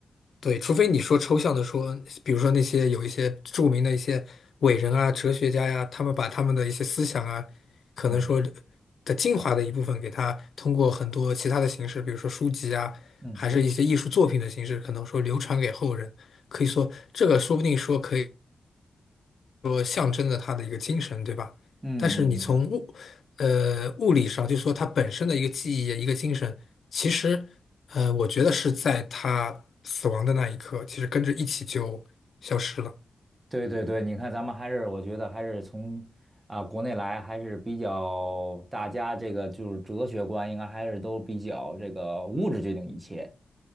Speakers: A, on the left; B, on the right.
A: 对，除非你说抽象的说，比如说那些有一些著名的一些伟人啊、哲学家呀，他们把他们的一些思想啊，可能说
B: 嗯
A: 的精华的一部分，给他通过很多其他的形式，比如说书籍啊，
B: 嗯
A: 还是一些艺术作品的形式，可能说流传给后人。可以说，这个说不定说可以。说象征着他的一个精神，对吧？
B: 嗯嗯嗯，
A: 但是你从物，呃，物理上就说他本身的一个记忆、一个精神，其实，呃，我觉得是在他死亡的那一刻，其实跟着一起就消失了。
B: 对对对，你看咱们还是我觉得还是从啊、国内来还是比较大家这个就是哲学观应该还是都比较这个物质决定一切。